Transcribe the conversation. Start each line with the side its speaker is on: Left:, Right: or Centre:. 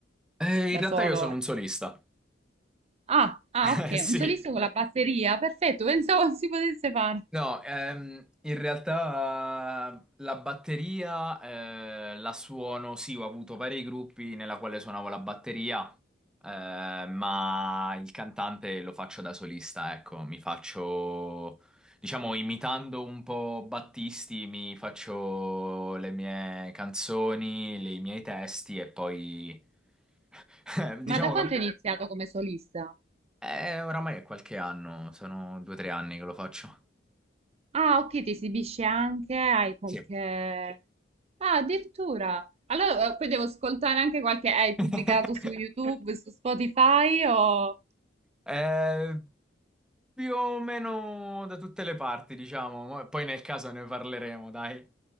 Centre: Eh,
Right: da
Centre: in realtà
Right: solo.
Centre: io sono un solista.
Right: Ah,
Centre: <laughs>
Right: ah, ok,
Centre: Eh, Sì,
Right: un solista con la batteria, perfetto, pensavo <laughs> si potesse fare.
Centre: No, ehm, in realtà eh, la batteria eh, la suono, sì, ho avuto vari gruppi nella quale suonavo la batteria, eh, ma il cantante lo faccio da solista, ecco, mi faccio, diciamo, imitando un po' Battisti, mi faccio le mie canzoni, le- i miei testi e poi, <laughs> diciamo
Right: Ma da quanto
Centre: che
Right: hai iniziato come solista?
Centre: eh, oramai è qualche anno, sono due o tre anni che lo faccio.
Right: Ah, ok, ti esibisci anche, hai qualche...
Centre: Sì.
Right: Ah, addirittura. Allora, eh, poi devo ascoltare anche qualche... Hai
Centre: <laughs>
Right: pubblicato su YouTube, su Spotify o...
Centre: Eh, più o meno da tutte le parti, diciamo. Mo- Poi nel caso ne parleremo, dai.